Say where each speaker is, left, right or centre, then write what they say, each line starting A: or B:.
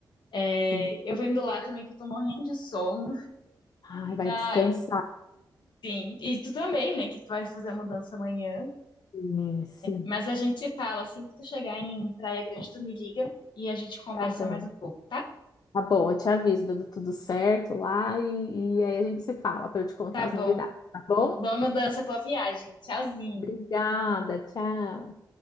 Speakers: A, on the left; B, on the left.
A: É,
B: Sim.
A: eu vendo lá também que eu tô morrendo de sono.
B: Ai, vai
A: Ah,
B: descansar.
A: Sim, e tu também, né, que tu vai fazer a mudança amanhã.
B: Sim, sim.
A: Mas a gente se fala, assim que tu chegar em Praia Grande, tu me liga e a gente conversa
B: Tá bom.
A: mais um pouco, tá?
B: Tá bom, eu te aviso dando tudo certo lá e, e aí a gente se fala para eu te contar
A: Tá
B: as
A: bom.
B: novidades, tá bom?
A: Boa mudança, boa viagem. Tchauzinho.
B: Obrigada, tchau.